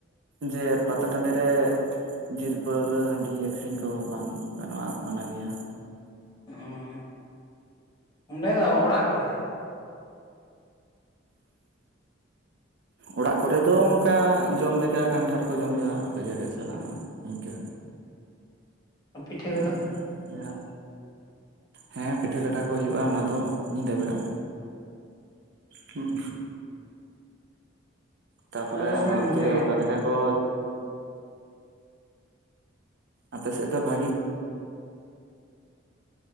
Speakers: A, on the right (about 60°); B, on the left (about 25°).
A: ᱡᱮ ᱯᱟᱛᱟ ᱴᱟᱹᱰᱤ ᱨᱮ ᱡᱤᱞ ᱯᱟᱹᱣᱨᱟᱹ ᱦᱟᱹᱰᱤ ᱟᱹᱠᱷᱨᱤᱧ ᱠᱚ ᱵᱟᱝ ᱜᱟᱱᱚᱜᱼᱟ ᱢᱟᱱᱟ ᱜᱮᱣᱟ᱾
B: ᱚ ᱚᱸᱰᱮ ᱫᱚ ᱚᱲᱟᱜ ᱠᱚᱨᱮᱜ?
A: ᱚᱲᱟᱜ ᱠᱚᱨᱮ ᱫᱚ ᱚᱱᱠᱟ ᱡᱚᱢ ᱞᱮᱠᱟ ᱠᱟᱱᱴᱷᱟᱲ ᱠᱚ ᱡᱚᱢ ᱦᱳᱭᱳᱜᱼᱟ ᱠᱷᱟᱹᱡᱟᱹᱲᱤ ᱥᱟᱞᱟᱜ᱾ ᱤᱧᱠᱟ
B: ᱯᱤᱴᱷᱟᱹ
A: ᱦᱩᱸ
B: ᱠᱚᱫᱚ
A: ᱡᱟᱦᱟᱸ ᱦᱮᱸ ᱯᱤᱴᱷᱟᱹ ᱞᱟᱴᱷᱟ ᱠᱚ ᱦᱩᱭᱩᱜᱼᱟ ᱚᱱᱟ ᱫᱚ ᱧᱤᱫᱟᱹ ᱵᱮᱲᱟ ᱦᱩᱸ‌ ᱛᱟᱯᱚᱨᱮ
B: ᱟᱞᱮ
A: ᱟᱢᱵᱟᱵᱚᱛᱤ
B: ᱥᱮᱫ ᱚᱱᱠᱟᱜᱮ
A: ᱨᱮ ᱚᱠᱟ ᱞᱮᱠᱟ ᱠᱚ ᱟᱯᱮ ᱥᱮᱫ ᱫᱚ ᱵᱷᱟᱜᱤ